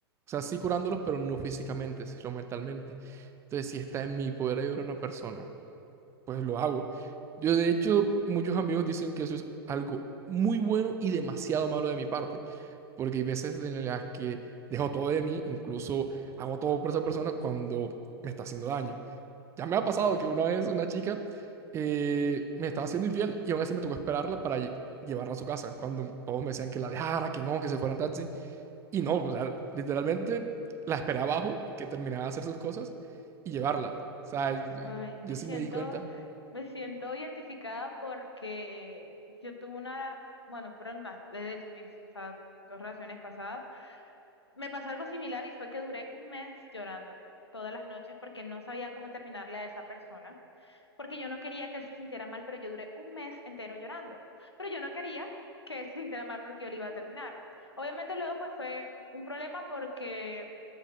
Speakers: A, on the right; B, on the left.
A: O sea, sí curándolos, pero no físicamente, sino mentalmente. Entonces, si está en mi poder ayudar a una persona pues lo hago. Yo, de hecho, muchos amigos dicen que eso es algo muy bueno y demasiado malo de mi parte, porque hay veces en las que dejo todo de mí, incluso hago todo por esa persona cuando me está haciendo daño. Ya me ha pasado que una vez una chica eh, me estaba haciendo infiel y aún así me tocó esperarla para lle- llevarla a su casa, cuando todos me decían que la dejara, que no, que se fuera en taxi. Y no, o sea, literalmente la esperé abajo, que terminara de hacer sus cosas y llevarla. O sea, y-
B: Ay,
A: yo
B: me
A: sí
B: siento,
A: me di cuenta
B: me siento identificada porque yo tuve una, bueno, fueron las, de hecho, mis, o sea, dos relaciones pasadas. Me pasó algo similar y fue que duré un mes llorando todas las noches porque no sabía cómo terminarle a esa persona. porque yo no quería que él se sintiera mal, pero yo duré un mes entero llorando. Pero yo no quería que él se sintiera mal porque yo le iba a terminar. Obviamente luego pues fue un problema porque